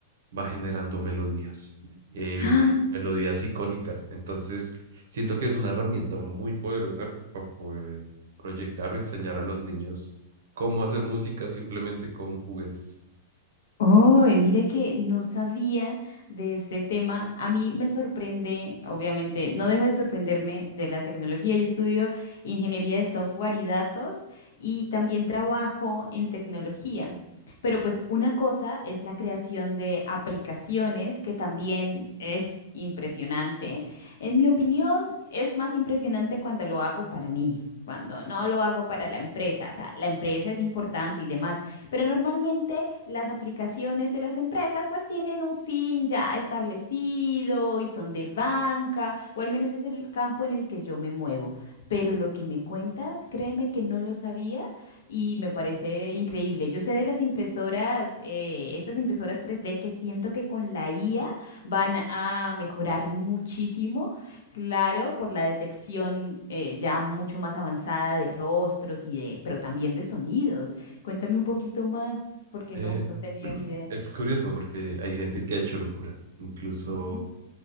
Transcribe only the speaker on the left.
¡Ah!
Oh, mire que no sabía de este tema. A mí me sorprende, obviamente, no dejo de sorprenderme de la tecnología. Yo estudio ingeniería de software y datos y también trabajo en tecnología. Pero pues una cosa es la creación de aplicaciones, que también es impresionante. En mi opinión, es más impresionante cuando lo hago para mí. cuando no lo hago para la empresa, o sea, la empresa es importante y demás, pero normalmente las aplicaciones de las empresas pues tienen un fin ya establecido y son de banca, o al menos es el campo en el que yo me muevo. Pero lo que me cuentas, créeme que no lo sabía y me parece increíble. Yo sé de las impresoras, eh, estas impresoras 3D que siento que con la IA van a mejorar muchísimo. Claro, por la detección eh, ya mucho más avanzada de rostros y de, pero también de sonidos. Cuéntame un poquito más, porque
no, no tenía
ni idea.
Ujú,